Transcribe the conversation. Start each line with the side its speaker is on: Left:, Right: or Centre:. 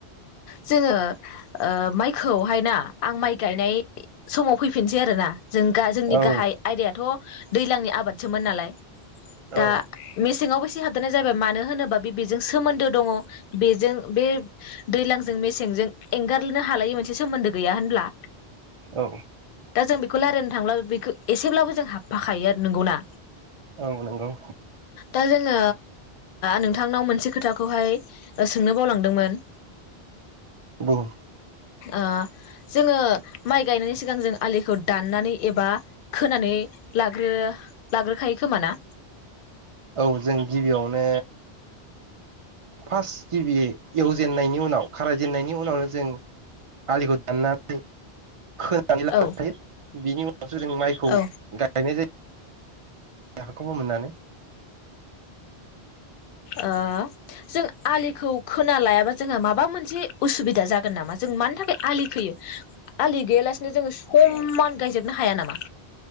Left: जोङो ओ माइखौहाय ना आं माइ गायनाय समाव फैफिनसै आरोना जों गा जोंनि
Right: औ
Left: गाहाय आयदायाथ' दैज्लांनि आबादसोमोन नालाय दा
Right: औ
Left: मेसेंङावबो हाबदेरनाय जाबाय मानो होनोबा बेजों सोमोन्दो दङ बेजों बे दैलांजों मेसेंजों एंगारनो हालायै मोनसे सोमोन्दो गैया होम ब्ला
Right: औ
Left: जों बेखौ रायल्लायनो थांब्लाबो बेखौ एसेब्लाबो जों हाबफाखायो आरो नोंगौ ना
Right: औ नोंगौ
Left: दा जोङो नोंथांनाव मोनसे खोथाखौहाय सोंनो बावलांदोंमोन
Right: बुं
Left: ओ जोङो माइ गायनायनि सिगां जों आलिखौ दाननानै एबा खोनानै लाग्रो लाग्रोखायो खोमा ना
Right: औ जों गिबियावनो फार्स्ट गिबि एवजेननायनि उनाव खारायजेननायनि उनावनो जों आलिखौ दाननानै खोनानै लाग्रो
Left: औ
Right: खायो बिनि उनावसो जों माइखौ
Left: औ
Right: गायनाय जायो हाखौबो फोमोननानै
Left: ओ जों आलिखौ खोना लायाबा जोंहा माबा मोनसे उसुबिदा जागोन नामा जों मानि थाखाय आलि खोयो आलि गैयालासिनो जोङो समान गायजोबनो हाया नामा?